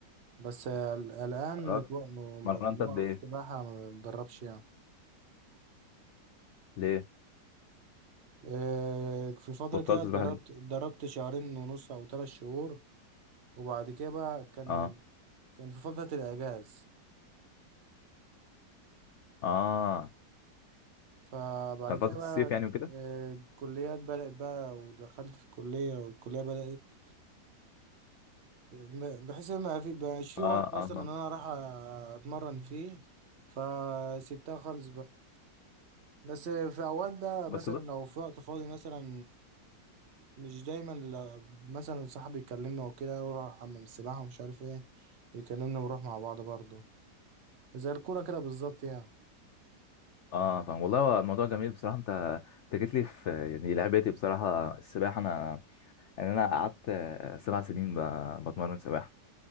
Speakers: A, on the right; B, on the left.
A: بس ال- الان
B: يا راجل
A: متو- م-
B: مرنت
A: موقف
B: قد ايه
A: سباحة ما بتدربش يعني
B: ليه
A: إيه في فترة
B: بطلت
A: كده اتدربت
B: سباحه ليه
A: اتدربت شهرين ونص او ثلاث شهور وبعد كده بقى كان
B: اه
A: كان في فترة الاجاز
B: اه
A: فبعد
B: كان
A: كده
B: فتره الصيف
A: بقى
B: يعني وكده
A: آه، الكليات بدأت بقى ودخلت في الكلية والكلية بدأت م- بحيث ان ما في بقاش في
B: اه
A: وقت اصلا
B: اه فاهم.
A: ان انا راح اتمرن فيه فسيبتها خالص بقى بس في اوقات ده
B: بس
A: مثلا
B: بص
A: لو في وقت فاضي مثلا مش دايما ل- مثلا صاحبي يكلمنا وكده يروح حمام السباحة ومش عارف ايه ويكلمنا ونروح مع بعض برضه زي الكورة كده بالظبط يعني
B: اه فاهم والله هو الموضوع جميل بصراحه انت انت جيت لي في يعني لعبتي بصراحه السباحه انا يعني انا قعدت آه، سبع سنين ب- بتمرن سباحه